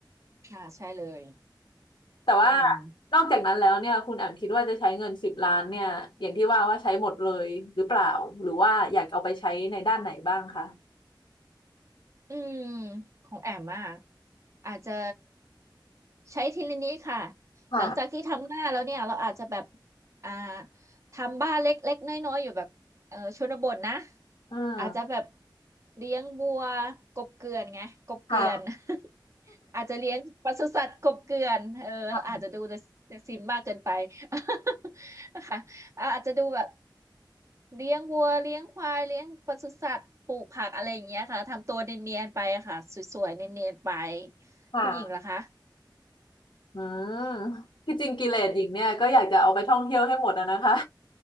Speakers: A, on the right; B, on the left.
A: ค่ะใช่เลย
B: แต่ว่า
A: อืม
B: นอกจากนั้นแล้วเนี่ยคุณแอมคิดว่าจะใช้เงินสิบล้านเนี่ยอย่างที่ว่าว่าใช้หมดเลยหรือเปล่าหรือว่าอยากเอาไปใช้ในด้านไหนบ้างคะ
A: อืมของแอมอ่ะอาจจะใช้ทีละนิดค่ะ
B: ค่ะ
A: หลังจากที่ทำหน้าแล้วเนี่ยเราอาจจะแบบอ่าทำบ้านเล็กๆน้อยๆอยู่แบบเออชนบทนะ
B: อืม
A: อาจจะแบบเลี้ยงบัวกบเกลื่อนไงกบเกลื่อน
B: ค่ะ
A: <laughs> อาจจะเลี้ยงปศุสัตว์กบเกลื่อนเออเราอาจจะดูแต่แต่ซิมมากเกินไป
B: ค่ะ
A: <laughs> นะคะ อ่ะอาจจะดูแบบเลี้ยงวัวเลี้ยงควายเลี้ยงปศุสัตว์ปลูกผักอะไรอย่างเงี้ยค่ะทำตัวเนียนๆไปค่ะสวยๆเนียนๆไป
B: ค่ะ
A: คุณหญิงเหรอคะ
B: อืมที่จริงกิเลสหญิงเนี่ยก็อยากจะเอาไปท่องเที่ยวให้หมดอะนะคะ